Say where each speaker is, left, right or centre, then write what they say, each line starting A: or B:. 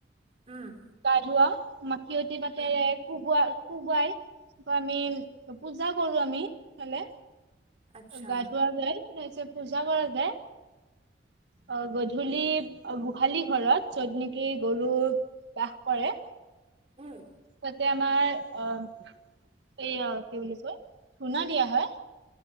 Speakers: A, on the right; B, on the right.
A: উম',
B: গা ধুৱাও ম মাখিয়তী পাতেৰে
A: উম
B: কোবোৱা কোবাই বা আমি পূজা কৰো আমি ইফালে।
A: আচ্ছা
B: গাধুৱা যাই। পূজা কৰাতে অ গধূলি গোহালি ঘৰত, য'ত নেকি গৰু বাস কৰে।
A: উম।
B: তাতে আমাৰ অ', এই কি বুলি কয় ধুনা দিয়া হয়।